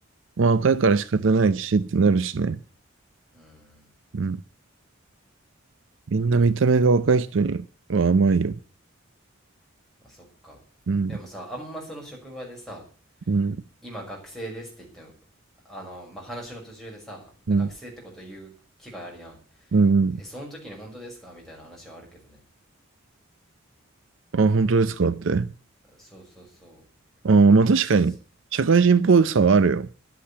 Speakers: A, on the right; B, in the centre.
A: まあ若いから仕方ないしってなるしね。
B: うん。
A: うん。みんな見た目が若い人には甘いよ。
B: あ、そっか。
A: うん、
B: でもさ、あんまその職場でさ、
A: うん、
B: 今学生ですって言っても、あの、まあ、話の途中でさ、学生ってこと言う機会あるやん。
A: うん、うん。
B: え、その時に本当ですかみたいな話はあるけどね。
A: あ、本当ですかって。
B: そうそうそ
A: あ、まあ確かに、
B: う。す
A: 社会人っぽさはあるよ。